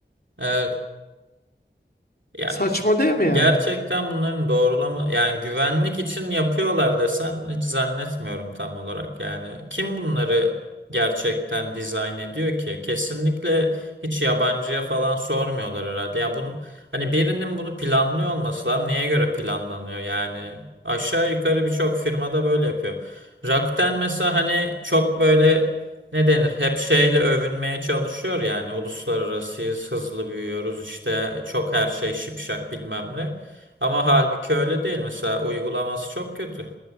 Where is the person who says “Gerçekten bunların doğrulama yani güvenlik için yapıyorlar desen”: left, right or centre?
Right